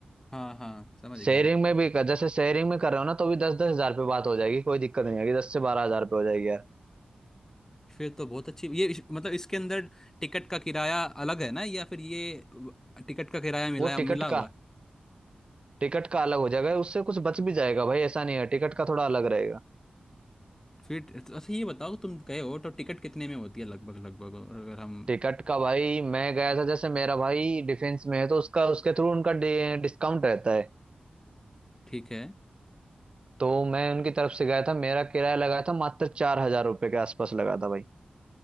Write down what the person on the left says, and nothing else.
हाँ हाँ समझ
गया मैं
फिर तो बहुत अच्छी ये इस- मतलब इसके अंदर टिकट का किराया अलग है ना या फिर ये अ, टिकट का किराया मिलाया
मिला हुआ
है
फिर तो अच्छा ये बताओ तुम गए हो तो टिकट कितने में होती है लगभग लगभग अगर हम
ठीक है